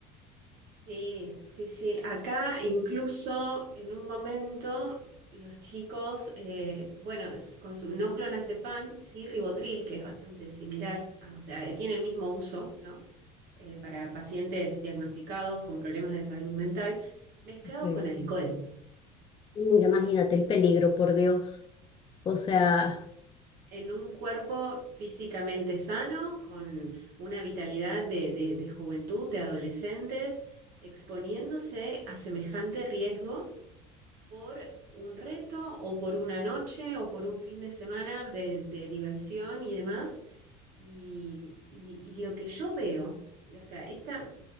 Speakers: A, on the right; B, on the left.
A: Sí, sí, sí. Acá incluso en un momento los chicos, eh, bueno, es- con su no clonazepam, sí ribotril, que es bastante similar, a- o sea, eh, tiene el mismo uso, ¿no? Eh, para pacientes diagnosticados con problemas de salud mental, mezclado
B: Okay,
A: con
B: okay.
A: alcohol.
B: Mira, imagínate el peligro, por Dios. O sea,
A: ¿sí? En un cuerpo físicamente sano, con una vitalidad de, de de juventud, de adolescentes, exponiéndose a semejante riesgo por un reto o por una noche o por un fin de semana de, de diversión y demás. Y, y- y lo que yo veo, o sea, esta,